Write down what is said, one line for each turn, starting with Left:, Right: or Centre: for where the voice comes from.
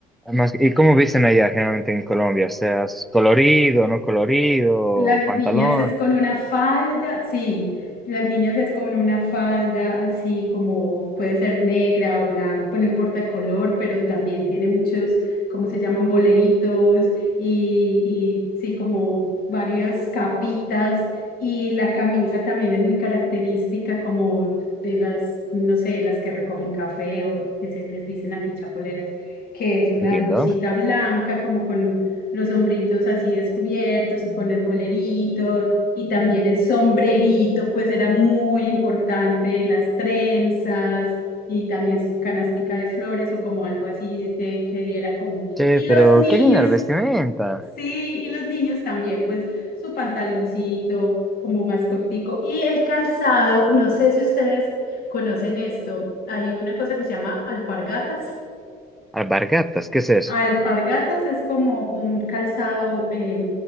Centre: más, y cómo visten allá generalmente en Colombia? O sea, ¿es colorido, no colorido,
Left: Las
Centre: pantalón?
Left: niñas es con una falda, sí, las niñas es con una falda así como puede ser negra o blanca, pues no importa el color, pero también tiene muchos, ¿cómo se llaman? Boleritos y, y sí, como varias capitas y la camisa también es muy característica como de las, no sé, las que recogen café o que se les dicen aquí chapoleras, que es una
Centre: Entiendo.
Left: blusita blanca como con los hombritos así descubiertos y con el bolerito y también el sombrerito, pues era muy importante, y las trenzas y también su canastica de flores o como algo así de, que diera como...
Centre: Che,
Left: Y los
Centre: pero
Left: niños,
Centre: qué linda la vestimenta.
Left: sí, y los niños también, pues su pantaloncito como más cortico y el calzado, no sé si ustedes conocen esto, hay una cosa que se llama alpargatas.
Centre: Alpargatas, ¿qué es eso?
Left: Alpargatas es como un calzado eh,